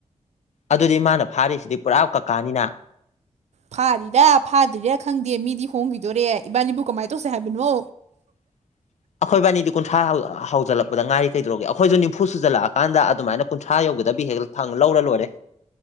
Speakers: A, on the left; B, on the right.
A: ꯑꯗꯨꯗꯤ ꯃꯥꯅ ꯐꯥꯔꯤꯁꯤꯗꯤ ꯄꯨꯔꯥ ꯀꯀꯥꯅꯤꯅ
B: ꯐꯥꯔꯤꯔꯥ ꯐꯥꯗ꯭ꯔꯤꯔꯥ ꯈꯪꯗꯦ ꯃꯤꯗꯤ ꯍꯣꯡꯈꯤꯗꯣꯔꯦ ꯏꯕꯥꯅꯤꯕꯨ ꯀꯃꯥꯏꯅ ꯇꯧꯁꯦ ꯍꯥꯏꯕꯅꯣ
A: <inaudible> ꯑꯩꯈꯣꯏꯕꯥꯅꯤꯗꯤ ꯀꯨꯟꯊ꯭ꯔꯥ ꯍꯧꯜꯂꯛꯄꯗ ꯉꯔꯤ ꯀꯩꯗꯧꯒꯦ ꯑꯩꯈꯣꯏꯁꯨ ꯅꯤꯐꯨ ꯁꯨꯖꯤꯜꯂꯛꯑꯀꯥꯟꯗ ꯑꯗꯨꯃꯥꯏꯅ ꯀꯨꯟꯊ꯭ꯔꯥ ꯌꯧꯒꯗꯕꯤ ꯍꯦꯛ ꯐꯪ ꯂꯧꯔ ꯂꯣꯏꯔꯦ